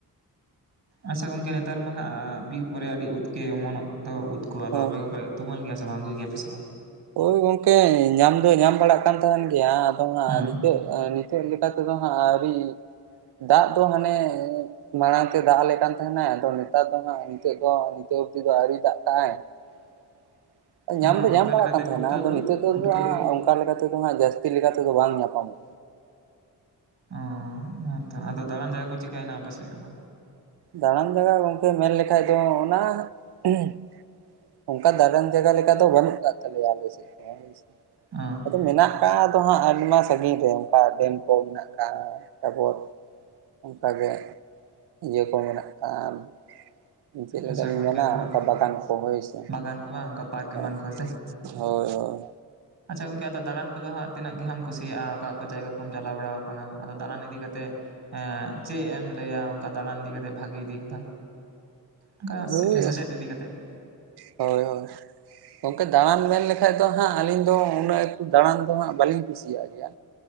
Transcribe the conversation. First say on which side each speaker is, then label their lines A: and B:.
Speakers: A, on the right; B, on the right.
A: ᱟᱪᱪᱷᱟ ᱜᱚᱢᱠᱮ ᱱᱮᱛᱟᱨ ᱢᱟ ᱦᱟᱸᱜ ᱵᱤᱨ ᱠᱚᱨᱮ ᱟᱹᱰᱤ ᱩᱫᱠᱮ ᱚᱢᱚᱱᱚᱜ ᱫᱚ ᱩᱫ ᱠᱚᱜ ᱟᱫᱚ
B: ᱦᱳᱭ
A: ᱟᱯᱮ ᱠᱚᱯᱮ ᱛᱩᱢᱟᱹᱞ ᱜᱮᱭᱟ ᱥᱮ ᱵᱟᱝ ᱟᱹᱜᱩᱭ ᱜᱮᱭᱟ ᱯᱮᱥᱮ ᱵᱟᱝ
B: ᱦᱳᱭ ᱜᱚᱝᱠᱮ ᱧᱟᱢ ᱫᱚ ᱧᱟᱢ ᱵᱟᱲᱟᱜ ᱠᱟᱱ ᱛᱟᱦᱮᱱ ᱜᱮᱭᱟ ᱟᱫᱚ ᱦᱟᱸᱜ
A: ᱦᱮᱸ
B: ᱱᱤᱛᱚᱜ ᱟᱹᱣᱨᱤ ᱪᱮᱫ ᱞᱮᱠᱟ ᱛᱮᱫᱚ ᱦᱟᱸᱜ ᱟᱹᱣᱨᱤ ᱫᱟᱜ ᱫᱚ ᱦᱟᱱᱮ ᱢᱟᱲᱟᱝ ᱛᱮ ᱫᱟᱜ ᱟᱞᱮ ᱠᱟᱱ ᱛᱟᱦᱮᱱᱟᱭ ᱟᱫᱚ ᱱᱮᱛᱟᱨ ᱫᱚ ᱦᱟᱸᱜ ᱱᱤᱛᱚᱜ ᱫᱚ ᱱᱤᱛᱚᱜ ᱚᱯᱛᱤ ᱫᱚ ᱟᱹᱣᱨᱤ ᱫᱟᱜ ᱠᱟᱜᱼ ᱟᱭ <unintelligible>
A: ᱟᱫᱚ ᱦᱟᱸᱜ ᱚᱱᱠᱟ
B: ᱵᱟᱲᱟᱜ
A: ᱞᱮᱠᱟᱛᱮ
B: ᱠᱟᱱ ᱛᱟᱦᱮᱱᱟ
A: ᱯᱩᱴᱠᱟᱹ
B: ᱟᱫᱚ
A: ᱠᱚ
B: ᱱᱤᱛᱚᱜ ᱫᱚ
A: ᱯᱩᱴᱠᱟᱹ
B: ᱦᱟᱸᱜ
A: ᱠᱚ
B: ᱚᱱᱠᱟ ᱞᱮᱠᱟ ᱛᱮᱫᱚ ᱦᱟᱸᱜ ᱡᱟᱹᱥᱛᱤ ᱞᱮᱠᱟ ᱛᱮᱫᱚ ᱵᱟᱝ ᱧᱟᱢᱚᱜᱼᱟ᱾
A: ᱚ ᱦᱮᱸᱛᱚ ᱟᱫᱚ ᱫᱟᱬᱟᱱ ᱡᱟᱭᱜᱟ ᱠᱚ ᱪᱤᱠᱟᱹᱭᱮᱱᱟ ᱟᱯᱮ ᱥᱮᱫ ᱠᱚᱫᱚ
B: ᱫᱟᱬᱟᱱ ᱡᱟᱭᱜᱟ ᱜᱚᱢᱠᱮ ᱢᱮᱱ ᱞᱮᱠᱷᱟᱡ ᱫᱚ ᱚᱱᱟ <unintelligible> ᱚᱱᱠᱟ ᱫᱟᱬᱟᱱ ᱡᱟᱭᱜᱟ ᱞᱮᱠᱟ ᱫᱚ ᱵᱟᱹᱱᱩᱜ ᱠᱟᱫ ᱛᱟᱞᱮᱭᱟ ᱟᱞᱮ ᱥᱮᱫ ᱫᱚ ᱦᱳᱭ ᱥᱮ
A: ᱟᱸᱻ
B: ᱟᱫᱚ ᱢᱮᱱᱟᱜ ᱟᱠᱟᱫ ᱟᱫᱚ ᱦᱟᱸᱜ ᱟᱭᱢᱟ ᱥᱟᱹᱜᱤᱧ ᱨᱮ ᱚᱱᱠᱟ ᱰᱮᱢ ᱠᱚ ᱢᱮᱱᱟᱜ ᱠᱟᱫ ᱛᱟᱨᱯᱚᱨ ᱚᱱᱠᱟ ᱜᱮ ᱤᱭᱟᱹ ᱠᱚ ᱢᱮᱱᱟᱜ ᱟᱠᱟᱫᱼᱟ ᱪᱮᱫ ᱞᱮᱠᱟ
A: ᱟᱪᱪᱷᱟ
B: ᱞᱤᱧ
A: ᱜᱚᱝᱠᱮ
B: ᱢᱮᱱᱟ
A: ᱟᱫᱚ ᱦᱟᱸᱜ
B: ᱚᱱᱠᱟ ᱵᱟᱜᱟᱱ ᱠᱚ ᱦᱳᱭ ᱥᱮ
A: ᱵᱟᱜᱟᱱ ᱠᱚ ᱵᱟᱝ ᱚᱱᱠᱟ ᱯᱟᱨᱠ ᱮᱢᱟᱱ
B: ᱦᱮᱸ
A: ᱠᱚ ᱥᱮ?
B: ᱦᱳᱭ ᱦᱳᱭ
A: ᱟᱪᱪᱷᱟ ᱜᱚᱢᱠᱮ ᱟᱫᱚ ᱫᱟᱬᱟᱱ ᱠᱚᱫᱚ ᱦᱟᱸᱜ ᱛᱤᱱᱟᱹᱜ ᱜᱮ ᱦᱟᱢ ᱠᱩᱥᱤᱭᱟᱜᱼᱟ᱾ ᱚᱠᱟ ᱚᱠᱟ ᱡᱟᱭᱜᱟ ᱠᱚᱢ ᱪᱟᱞᱟᱣ ᱵᱟᱲᱟᱣ ᱟᱠᱟᱱᱟ ᱟᱫᱚ ᱫᱟᱬᱟᱱ ᱤᱫᱤ ᱠᱟᱛᱮᱫ ᱮᱸᱻ ᱪᱮᱫ ᱮᱢ ᱞᱟᱹᱭᱟ ᱚᱱᱠᱟ ᱫᱟᱲᱟᱱ ᱤᱫᱤ ᱠᱟᱛᱮ ᱵᱷᱟᱜᱮ ᱫᱤᱠ ᱫᱚ ᱚᱱᱠᱟ
B: <unintelligible> ᱦᱳᱭ
A: ᱥᱮᱪᱮᱫ ᱤᱫᱤ ᱠᱟᱛᱮᱫ
B: ᱦᱳᱭ ᱜᱚᱢᱠᱮ ᱫᱟᱬᱟᱱ ᱢᱮᱱ ᱞᱮᱠᱷᱟᱡ ᱫᱚ ᱦᱟᱸᱜ ᱟᱹᱞᱤᱧ ᱫᱚ ᱩᱱᱟᱹᱜ ᱮᱠᱴᱩ ᱫᱟᱬᱟᱱ ᱫᱚ ᱦᱟᱸᱜ ᱵᱟᱹᱞᱤᱧ ᱠᱩᱥᱤᱭᱟᱜ ᱜᱮᱭᱟ